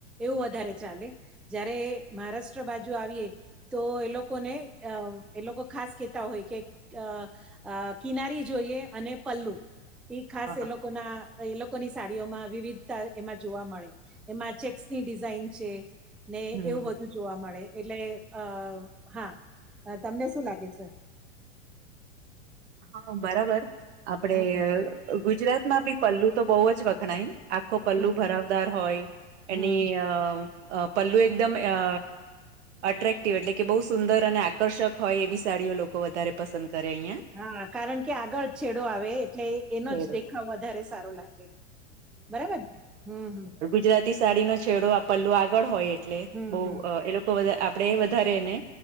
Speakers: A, in the centre; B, on the right (about 65°).
A: એવું વધારે ચાલે. જયારે મહારાષ્ટ્ર બાજુ આવીએ. તો એ લોકોને અં એ લોકો ખાસ કેતા હોય કે અ. અ કિનારી જોઈએ અને પલ્લુ. <unintelligible> ખાસ
B: હા
A: એ લોકોના એ લોકોની સાડીઓમાં વિવિધતા એમાં જોવા મળે. એમાં ચેક્સ ની ડિઝાઇન છે ને
B: હમ
A: એવું બધૂ જોવા મળે એટલે અ હા તમને શું લાગે છે.
B: હા બરાબર આપડે
A: હમ
B: ગુજરાતમાં બી પલ્લુ તો બોવ જ વખણાય ને. આખો પલ્લુ
A: હમ
B: ભરાવદાર હોય એની
A: હમ
B: અ પલ્લુ એકદમઅ. અટ્રેક્ટિવ એટલે કે બહુ સુંદર અને આકર્ષક હોય એવી સાડીઓ લોકો વધારે પસંદ કરે અહીયાં.
A: હા કારણ કે આગળ છેડો આવે એટલે. એનો
B: છેડો
A: જ દેખાવ વધારે સારો લાગે બરાબર ને હમ હમ.
B: જરાતી સાડીનો છેડો આ પલ્લું આગળ હોય એટલે
A: હમ હમ
B: બહ. લોકો આપણેે વધારે એને